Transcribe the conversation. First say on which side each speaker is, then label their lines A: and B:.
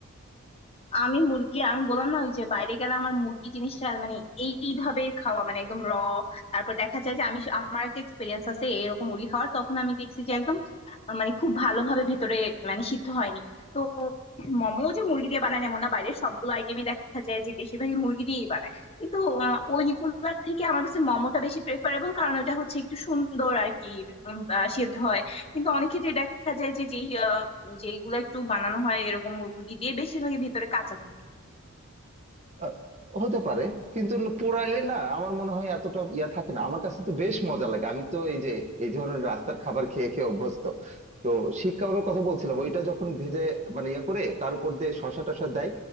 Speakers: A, on the left (about 30°); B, on the right (about 35°).
A: আমি মুরগি আমি বললাম না ওই যে বাইরে গেলে আমার মুরগি জিনিসটা মানে এইভাবে খাওয়া মানে একদম র তারপর দেখা যায় যে আমি আমার একটা এক্সপিরিয়েন্স আছে এরকম মুরগি খাওয়ার তখন আমি দেখছি যে একদম আহ, মানে খুব ভালোভাবে ভেতরে মানে সিদ্ধ হয়নি তো মোমো যে মুরগি দিয়ে বানায় এমন না বাইরের সবগুলো আইটেমই দেখা যায় যে বেশিরভাগই মুরগি দিয়েই বানায় কিন্তু আহ, ওইগুলোর থেকে আমার কাছে মোমোটা বেশি প্রেফারেবল কারণ ওটা হচ্ছে একটু সুন্দর আর কি উম, আহ, সিদ্ধ হয় কিন্তু অনেক ক্ষেত্রে দেখা যায় যে যে যেইগুলো একটু বানানো হয় এরকম মুরগি দিয়ে বেশিরভাগই ভিতরে কাঁচা থাকে
B: আহ, হতে পারে কিন্তু পোড়াইলে না আমার মনে হয় এতটা ইয়া থাকে না আমার কাছে তো বেশ মজা লাগে আমি তো এই যে এই ধরনের রাস্তার কাবার খেয়ে খেয়ে অভ্যস্ত তো শিক কাবাবের কথা বলছিলাম ওইটা যখন ভেজে মানে ইয়া করে তার উপর দিয়ে শসা টসা দেয়